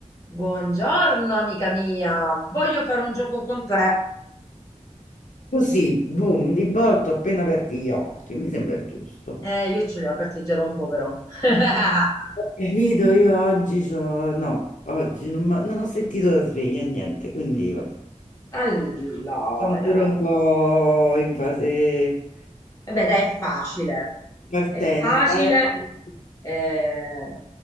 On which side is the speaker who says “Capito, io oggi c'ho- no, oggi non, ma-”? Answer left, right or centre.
Left